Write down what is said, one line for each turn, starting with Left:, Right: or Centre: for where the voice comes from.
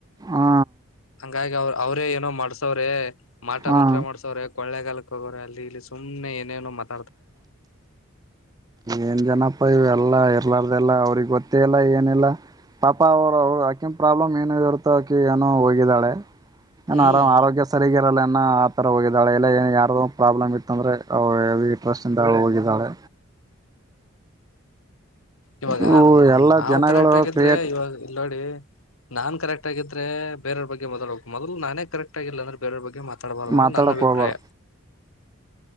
Right: ಹಾ
Left: ಹಂಗಾಗಿ ಅವ ಅವ್ರೇ ಏನೋ ಮಾಡ್ಸವ್ರೆ ಮಾಟ
Right: ಹಾ
Left: ಮಂತ್ರ ಮಾಡ್ಸವ್ರೆ ಕೋಳ್ಳೆಗಾಲ ಅಲ್ಲಿ ಇಲ್ಲಿ ಸುಮ್ಮನೆ ಏನೇನೋತ್ತ
Right: ಏನ್ ಜನಪ್ಪ ಎಲ್ಲಾ ಇರ್ಲಾರ್ದಲ್ಲಾ ಅವ್ರಗ್ ಗೊತ್ತೇ ಇಲ್ಲ ಏನಿಲ್ಲ ಪಾಪಾ ಅವರು ಅವರು ಆಕಿನ್ ಪ್ರಾಬ್ಲಮ್ ಏನು ಇರುತಕಿ ಏನೋ ಹೋಗಿದ್ದಾಳೆ ನಾನು
Left: ಹ್ಮ್
Right: ಆರಾಮ ಆರೋಗ್ಯ ಸರಿ ಲ್ಲ ಆ ತರ ಹೋಗಿದ್ದಾಳೆ ಎಲ್ಲ ಏನ್ ಯಾರೋ ಪ್ರಾಬ್ಲಮ್ ಇತ್ತ ಅಂದ್ರೆ ಸ್ಿಂದ ಹೋಗಿದ್ದಾಳೆ
Left: ಇವಾಗ
Right: ಇವು ಎಲ್ಲ
Left: ನಾವು
Right: ಜನಗಳು
Left: ಕರೆಕ್ಟ್ ಆಗಿದ್ರೆ
Right: ಕ್ರಿಯೇಟ್
Left: ಇವಾಗ ಇಲ್ ನೋಡಿ ನಾನ್ ಕರೆಕ್ಟ್ ಆಗಿದ ಬೇರವ ಬಗ್ಗೆದಡಬೇಕು ಮೊದಲು ನಾನೆ ಕರೆಕ್ಟ್ ಆಗಿಲ್ಲ ಅಂದ್ರೆ ಬೇರವ್ರ ಬಗ್ಗೆ ಮಾತಾಡಬಾರ್ದು ಅದು
Right: ಮಾತಾಡೋಕ್ಕೆ
Left: ನನ್ನ ಅಭಿಪ್ರಾಯ
Right: ಹೋಗಬೇಡ